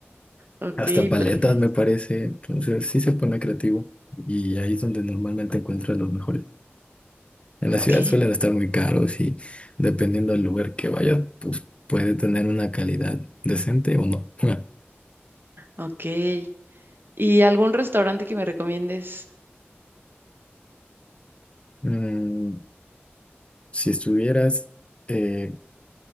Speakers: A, on the right (about 55°); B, on the left (about 30°).
A: Ok,
B: Hasta paletas
A: perfecto.
B: me parece, entonces sí se pone creativo y ahí es donde normalmente encuentras los mejores. En
A: Ok,
B: la ciudad suelen estar muy caros y dependiendo del lugar que vayas, pues puede tener una calidad decente o no. <laughs>
A: ok. ¿Y algún restaurante que me recomiendes?
B: Mm, si estuvieras eh,